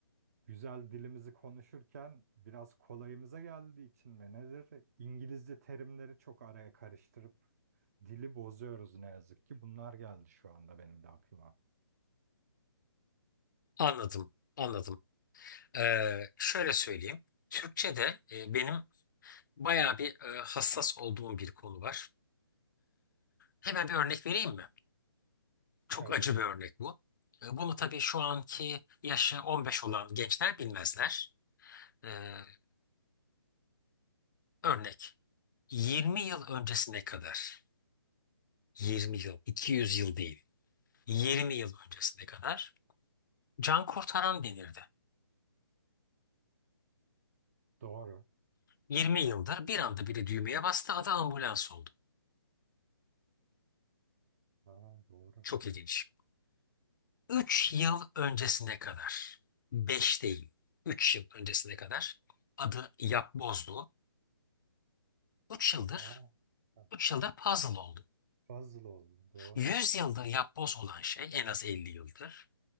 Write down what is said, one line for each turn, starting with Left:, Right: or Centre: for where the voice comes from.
Right: güzel dilimizi konuşurken biraz kolayımıza geldiği için mi nedir? İngilizce terimleri çok araya karıştırıp dili bozuyoruz ne yazık ki. Bunlar geldi şu anda benim de aklıma.
Left: Anladım, anladım. Ee, şöyle söyleyeyim. Türkçe'de e, benim bayağı bir e, hassas olduğum bir konu var. Hemen bir örnek vereyim mi? Çok
Right: Evet,
Left: acı bir örnek bu. E, bunu tabii şu anki yaşı 15 olan gençler bilmezler. Ee, örnek 20 yıl öncesine kadar 20 yıl 200 yıl değil 20 yıl öncesine kadar can kurtaran denirdi.
Right: doğru.
Left: 20 yıldır bir anda biri düğmeye bastı adı ambulans oldu.
Right: Aa, doğru.
Left: Çok ilginç. 3 yıl öncesine kadar 5 değil 3 yıl öncesine kadar adı yapbozdu. 3 yıldır
Right: Aa, ha,
Left: 3 yıldır puzzle oldu.
Right: puzzle oldu, doğru.
Left: 100 yıldır yapboz olan şey en az 50 yıldır.